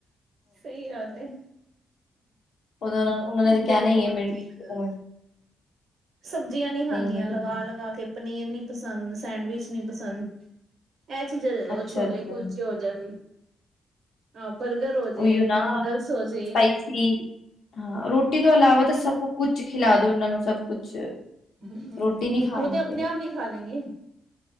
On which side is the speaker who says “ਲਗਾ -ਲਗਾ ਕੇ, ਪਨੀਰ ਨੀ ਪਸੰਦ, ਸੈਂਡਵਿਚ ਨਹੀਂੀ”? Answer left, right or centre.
Right